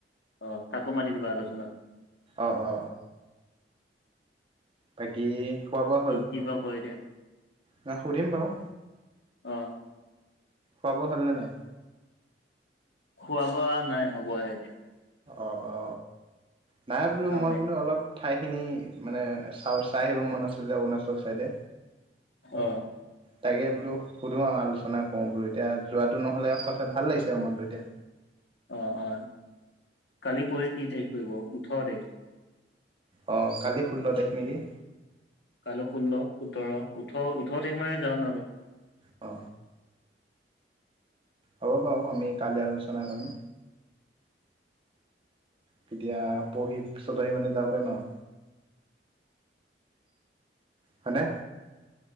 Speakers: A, on the left; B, on the right.
A: অ তাকো মাতি দিবা আলোচনাত।
B: অ অ। বাকী খোৱা বোৱা হ'ল
A: সি কি বা কয় এতিয়া,
B: ন সুধিম বাৰু
A: অ
B: খোৱা-বোৱা হ'ল নে নাই?
A: খোৱা-বোৱা নাই হ'বহে এতিয়া।
B: অ অ নাই বোলো
A: কাম
B: মই
A: নাই
B: মানে অলপ ঠাইখিনি মানে চা-চাই আহিব মন আছে যে অৰুণাচল চাইদে।
A: অ।
B: তাকে বোলো সুধো আৰু আলোচনা কৰো বোলো এতিয়া যোৱাটো নহ'লে ভাল লাগিছে মনতো এতিয়া।
A: অ অ কালি পৰহি কি তাৰিখ পৰিব? ওঠৰ তাৰিখ
B: অ কালি ষোল্ল তাৰিখ নেকি।
A: কাইলৈ ষোল্ল, সোতৰ, ওঠৰ ওঠৰ তাৰিখ মানে যাওঁ নহ'লে।
B: অ। হ'ব বাৰু আমি কালি আলোচনা কৰিম। তেতিয়া পঢ়ি পিছত আহি মানে জাব মাৰিম আও। হয়নে